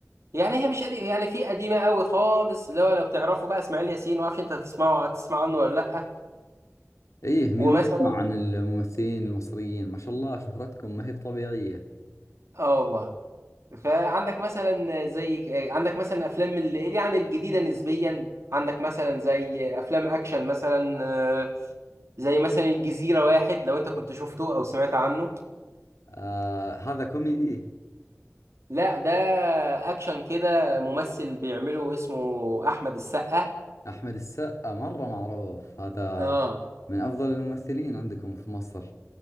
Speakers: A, on the right (about 65°); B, on the left (about 75°).
A: يعني هي مش قديمه يعني في قديمه قوي خالص اللي هو لو تعرفوا بقى اسماعيل ياسين ما اعرفش انت هتسمعه هتسمع عنه ولا لا
B: إيه مين
A: ومثلا
B: ما يسمع عن الممثلين المصريين ما شاء الله شهرتكم ما هي بطبيعية
A: اه والله فعندك مثلا زي عندك مثلا افلام اللي يعني الجديده نسبيا عندك مثلا زي افلام اكشن مثلا آه، زي مثلا الجزيره واحد لو انت كنت شفته او سمعت عنه
B: آه هذا كوميدي
A: لا ده اكشن كده ممثل بيعمله اسمه احمد السقا
B: أحمد السقا مرة معروف هذا
A: اه
B: من أفضل الممثلين عندكم في مصر